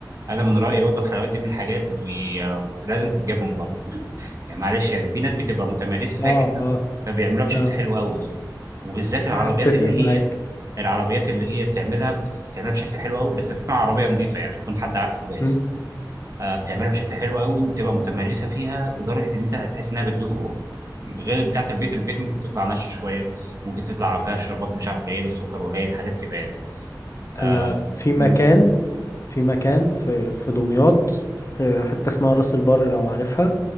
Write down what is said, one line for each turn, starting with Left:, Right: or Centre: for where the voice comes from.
Right: انا من رايي برضه الحلويات دي من الحاجات اللي آه لازم تتجاب من بره يعني معلش يعني في ناس بتبقى متمرسه فيها
Left: صعب
Right: جدا
Left: اه
Right: فبيعملوها بشكل
Left: اه
Right: حلو قوي وبالذات العربيات
Left: اتفق
Right: اللي
Left: معاك
Right: هي العربيات اللي هي بتعملها بت- بتعملها بشكل حلو قوي بس تكون عربيه نظيفه يعني تكون حد عارفه كويس
Left: مم.
Right: آه بتعملها بشكل حلو قوي وبتبقى متمرسه فيها لدرجه ان انت هتحس انها بتدوب في بقك غير بتاعه البيت البيت ممكن تطلع ناشفه شويه ممكن تطلع فيها الشربات مش عارف قليل السكر قليل حاجات كده يعني اه,
Left: انا في مكان
Right: م-
Left: في مكان في في دمياط في حته اسمها راس البر لو عارفها